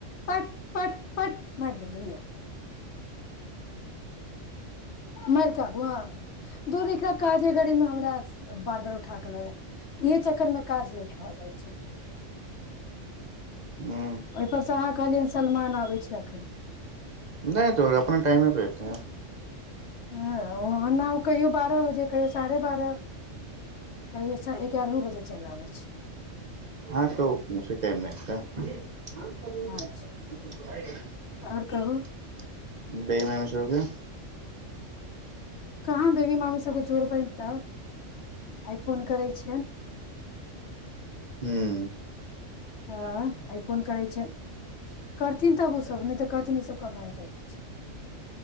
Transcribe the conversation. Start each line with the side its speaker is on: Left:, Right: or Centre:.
Left: पट पट पट मारि देलियै मार कऽ आबू हँ दूर एकरा काजे करैमे हमरा बार बार उठा क ल जाय इहे चक्करमे काज लेट भऽ जाइ छै
Right: हूँ
Left: ओहिपर से अहाँ कहलियै सलमान आबै छै अखन
Right: नहि जो अपना टाइमे पर
Left: हं ओ न कहियो बारह बजे कहियो साढ़े बारह कहियो एगारहो बजे चलि आबै छै
Right: हँ त मुे टाइम नहि त <unintelligible>
Left: अच्छा आओर कहू
Right: बेमेमेसरके
Left: कहाँ बेबी मामी सभकेँ जोड़बनि तब आइ फोन करै छियनि
Right: हुं
Left: हँ आइ कोन करै छै करथिन तब ओसभ नहि तऽ कहथिन इसभ कमाय जाइ छै